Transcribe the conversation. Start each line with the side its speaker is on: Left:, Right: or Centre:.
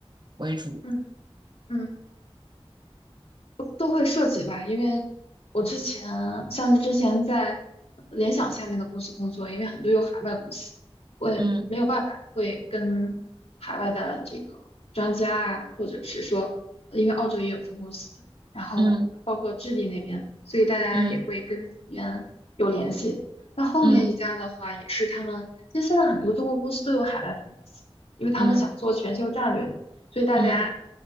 Right: 为主？
Left: 嗯嗯。都会涉及吧，因为我之前像是之前在呃联想下面的公司工作，因为很多有海外公司，我也没有办法会跟海外的这个专家啊，
Right: 嗯
Left: 或者是说，呃因为澳洲也有分公司，然后包括智利那边，
Right: 嗯
Left: 所以大家也会跟那边有联系。
Right: 嗯
Left: 那后面一家的话，
Right: 嗯
Left: 也是他们，其实现在很多中国公司都有海外分公司，因为他们想做全球战略嘛。
Right: 嗯
Left: 所以大家
Right: 嗯